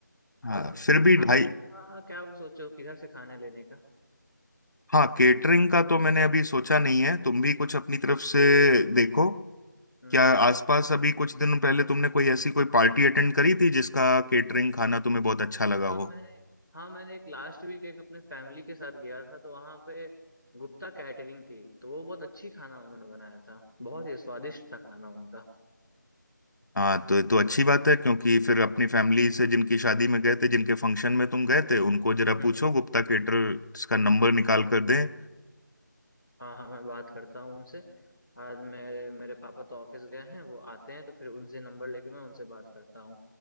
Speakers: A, on the left; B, in the centre.
A: हाँ
B: और
A: फिर भी
B: खाने
A: ढाई
B: का क्या आप सोचो किधर से खाने लेने का
A: हाँ केटरिंग का तो मैंने अभी सोचा नहीं है तुम भी कुछ अपनी तरफ से देखो
B: हम्म
A: क्या आसपास अभी कुछ दिन पहले तुमने कोई ऐसी कोई पार्टी अटेंड करी थी जिसका केटरिंग खाना तुम्हें बहुत अच्छा लगा हो
B: हाँ मैंने हाँ मैंने एक लास्ट वीक एक अपने फैमिली के साथ गया था तो वहाँ पे गुप्ता कैटरिंग थी तो वो बहुत अच्छी खाना उन्होंने बनाया था बहुत ही स्वादिष्ट था खाना उनका
A: हाँ तो तो अच्छी बात है क्योंकि फिर अपनी फैमिली से जिनकी शादी में गए थे जिनके फंक्शन में तुम गए थे उनको जरा
B: हम्म
A: पूछो गुप्ता केटरर्स का नंबर निकाल कर दें
B: हाँ हाँ मैं बात करता हूँ उनसे आज मेरे मेरे पापा तो ऑफिस गए हैं वो आते हैं तो फिर उनसे नंबर लेके मैं उनसे बात करता हूँ